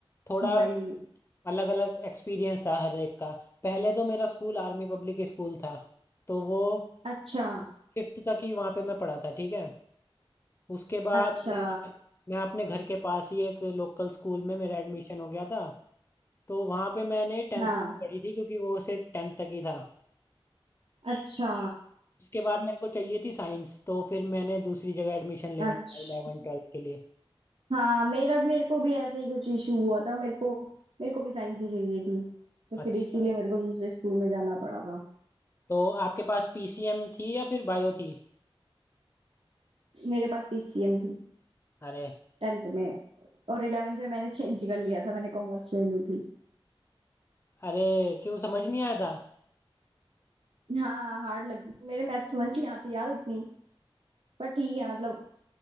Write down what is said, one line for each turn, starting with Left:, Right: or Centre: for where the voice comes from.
Left: थोड़ा
Right: वही
Left: अलग अलग एक्सपीरियंस था हर एक का पहले तो मेरा स्कूल आर्मी पब्लिक स्कूल था तो वो
Right: अच्छा
Left: फिफ्थ तक ही वहाँ पे मैं पढ़ा था ठीक है उसके बाद
Right: अच्छा
Left: मैं मैं अपने घर के पास ही एक लोकल स्कूल में मेरा एडमिशन हो गया था तो वहाँ पे मैंने टेंथ
Right: हाँ
Left: तक पढ़ी थी क्योंकि वो सिर्फ टेंथ तक ही था
Right: अच्छा
Left: उसके बाद मेरे को चाहिए थी साइंस तो फिर मैंने दूसरी जगह एडमिशन लेना
Right: अच्छा
Left: था इलेवन ट्वेल्थ के लिए
Right: हाँ मेरा मेरे को भी ऐसा ही कुछ इशू हुआ था मेरे को मेरे को भी साइंस ही चाहिए थी तो
Left: अच्छा
Right: फिर इसीलिए मेरे को दूसरे स्कूल में जाना पड़ा था
Left: तो आपके पास पीसीएम थी या फिर बायो थी
Right: मेरे पास पीसीएम थी
Left: अरे
Right: टेंथ में और इलेवेंथ में मैंने चेंज कर लिया था मैंने कॉमर्स ले ली थी
Left: अरे क्यों समझ नहीं आया था
Right: हाँ हार्ड लग मेरे मैथ समझ नहीं आती यार उतनी पर ठीक है मतलब